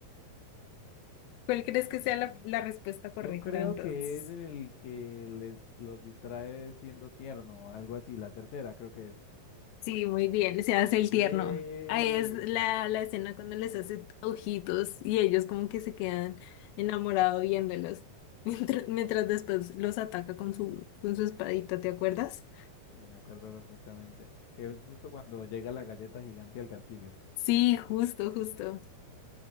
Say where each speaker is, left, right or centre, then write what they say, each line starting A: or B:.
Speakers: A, on the left; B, on the left.
A: ¿Cuál crees que
B: Mm,
A: sea la, la respuesta correcta
B: Yo creo
A: entonces?
B: que es en el que les los distrae siendo tierno o algo así, la tercera creo que es.
A: Sí, muy bien, se hace el
B: ¡Eh!
A: tierno. Ahí es la, la escena cuando les hace ojitos y ellos como que se quedan enamorados viéndolos, <laughs> mientras, mientras después los ataca con su, con su espadita, ¿te acuerdas?
B: Sí, me acuerdo perfectamente. Que es justo cuando llega la galleta gigante al castillo.
A: Sí, justo, justo.